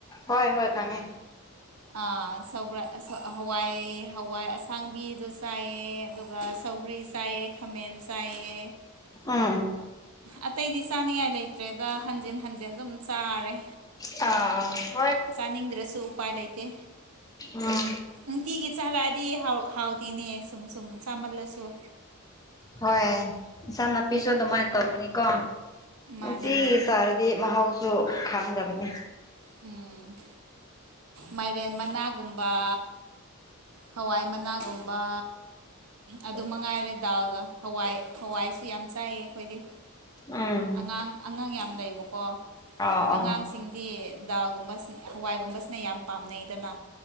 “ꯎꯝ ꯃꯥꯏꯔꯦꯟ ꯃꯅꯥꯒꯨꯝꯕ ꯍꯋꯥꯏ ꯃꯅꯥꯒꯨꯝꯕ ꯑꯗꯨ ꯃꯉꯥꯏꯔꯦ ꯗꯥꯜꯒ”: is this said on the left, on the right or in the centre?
Right